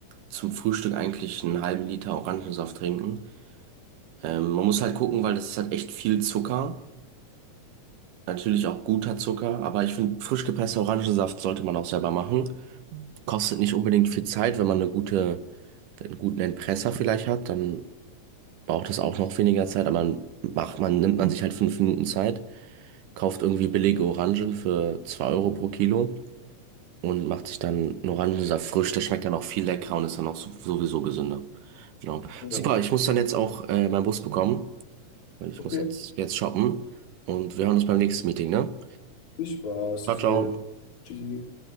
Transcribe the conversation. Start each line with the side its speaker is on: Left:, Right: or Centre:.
Right: zum Frühstück eigentlich einen halben Liter Orangensaft trinken. Ähm, man muss halt gucken, weil das ist halt echt viel Zucker. Natürlich auch guter Zucker, aber ich finde, frisch gepresster Orangensaft sollte man auch selber machen. Kostet nicht unbedingt viel Zeit, wenn man eine gute, einen guten Entpresser vielleicht hat, dann braucht es auch noch weniger Zeit, aber man macht, man nimmt man sich halt fünf Minuten Zeit, kauft irgendwie billige Orangen für zwei Euro pro Kilo und macht sich dann einen Orangensaft frisch. Der schmeckt dann auch viel leckerer und ist dann auch so- sowieso gesünder. Genau.
Left: Ja.
Right: Super, ich muss dann jetzt auch äh, meinen Bus bekommen. Weil ich
Left: Okay.
Right: muss jetzt, jetzt shoppen. Und wir hören uns beim nächsten Meeting, ne?
Left: Ich war's
Right: Ciao,
Left: dir.
Right: ciao.
Left: Tschüssi.